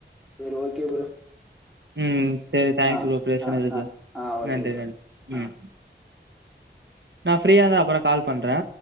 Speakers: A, in the centre; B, on the right (about 70°).
A: சேரி ஓகே ப்ரோ
B: ம் செரி தேங்க்ஸ்
A: ஆ
B: ப்ரோ பேசுனதுக்கு
A: ஆ ஆ ஆ ஓகே
B: நன்றி
A: ப்ரோ
B: நன்றி ம்
A: ஆ
B: நா ஃப்ரீயா இருந்தா அப்றோ கால் பண்றே